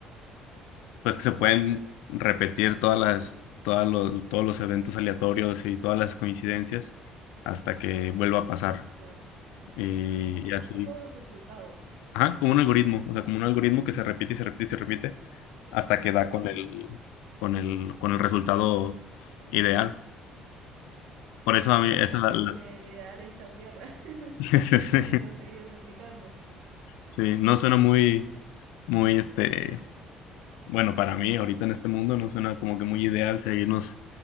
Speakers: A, on the left; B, on the right.
A: pues que se pueden repetir todas las, todas los, todos los eventos aleatorios y todas las coincidencias hasta que vuelva a pasar.
B: Claro,
A: eh,
B: como que
A: y así.
B: pasan todos los resultados,
A: Ajá, como un algoritmo, o sea, como un algoritmo que se repite y se repite y se repite hasta que da
B: exactamente.
A: con el, con el, con el resultado ideal. Por eso a mí,
B: Sí,
A: esa
B: supongo
A: la- la-
B: que el ideal es chau tierra, <laughs>
A: <laughs> sí, sí.
B: si no se va a seguir replicando.
A: Sí, no suena muy, muy, este, bueno, para mí ahorita en este mundo no suena como que muy ideal seguirnos